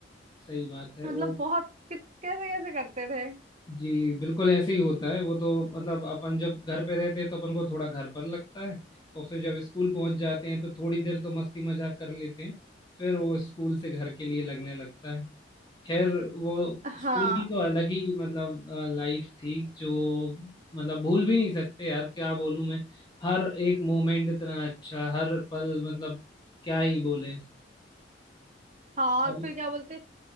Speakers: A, on the left; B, on the right.
A: सही बात है
B: मतलब
A: वो
B: बहुत कित- कैसे कैसे करते थे
A: जी बिल्कुल ऐसे ही होता है वो तो मतलब अपन जब घर पे रहते हैं तो अपन को थोड़ा घर पर लगता है और फिर जब स्कूल पहुंच जाते हैं तो थोड़ी देर तो मस्ती मजाक कर लेते हैं फिर वो स्कूल से घर के लिए लगने लगता है खैर वो
B: हाँ
A: स्कूल की तो अलग ही मतलब लाइफ थी जो मतलब भूल भी नहीं सकते यार क्या बोलूं मैं हर एक मोमेंट इतना अच्छा हर पल मतलब क्या ही बोले
B: हाँ और
A: अब
B: फिर क्या बोलते